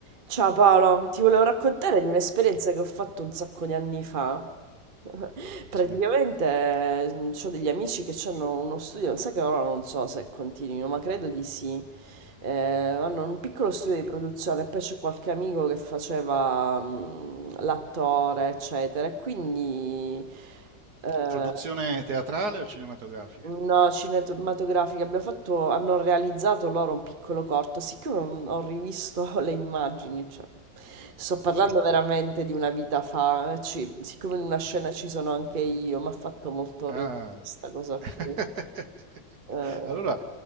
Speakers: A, on the right; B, on the right.
A: Ciao Paolo, ti volevo raccontare di un'esperienza
B: So.
A: che ho fatto un sacco di anni fa. <laughs> Praticamente
B: Sì.
A: ho degli amici che hanno uno studio, sai che ora non so se continuino, ma credo di sì. Eh, hanno un piccolo studio di produzione, poi c'è qualche amico che faceva mm, l'attore, eccetera. e Quindi eh,
B: Produzione teatrale o cinematografica?
A: No, cinematografica, abbiamo fatto, hanno realizzato loro un piccolo corto, siccome ho rivisto <laughs> le immagini, cioè, sto parlando
B: Sì.
A: veramente di una vita fa, eh, ci- siccome in una scena ci sono anche io, mi ha fatto molto
B: Ah.
A: ridere questa cosa qui.
B: <laughs>
A: Eh,
B: allora,